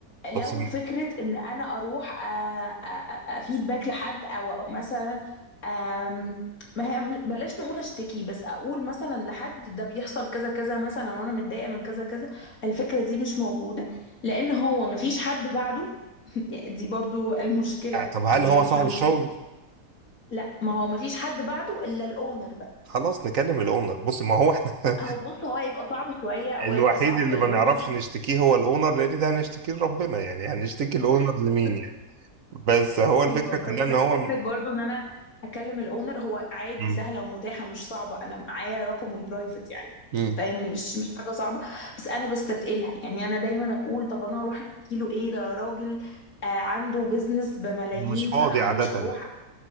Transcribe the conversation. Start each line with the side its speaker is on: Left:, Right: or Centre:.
Left: لو
Right: بس ال-
Left: فكرة إن أنا أروح آه، آه، آه، أفيد باك لحد أو مثلا آم، ما هي مش- بلاش نقول أشتكي بس أقول مثلا لحد ده بيحصل كذا كذا مثلا وأنا متضايقة من كذا كذا الفكرة دي مش موجودة لأن هو مفيش حد بعده <laughs> دي برضو المشكلة
Right: طب هل
Left: يعني
Right: هو
Left: هي مش
Right: صاحب
Left: المشكلة
Right: الشغل
Left: لا ما هو مفيش حد بعده إلا الأونر بقى
Right: خلاص نكلم الاونر بص ما هو احنا <laughs>
Left: هو بص هو هيبقى صعب شوية أو
Right: الوحيد
Left: هيبقى صعب
Right: اللي
Left: الأونر
Right: ما نعرفش نشتكيه هو الاونر لان ده هنشتكيه لربنا يعني هنشتكي الاونر
Left: <laughs>
Right: لمين يعني بس هو الفكرة
Left: ايوه بس
Right: كلها
Left: لا
Right: ان هو
Left: فكره
Right: م-
Left: برضو ان انا اكلم الاونر هو عادي
Right: م-
Left: سهله ومتاحه مش صعبه انا معايا رقمه البرايفت يعني
Right: م-
Left: فاهم مش مش حاجه صعبه بس انا بستتقلها يعني انا دايما اقول طب انا هروح احكي له ايه ده راجل آه عنده بيزنس بملايين
Right: م- مش فاضي
Left: فانا
Right: عادة
Left: مش هروح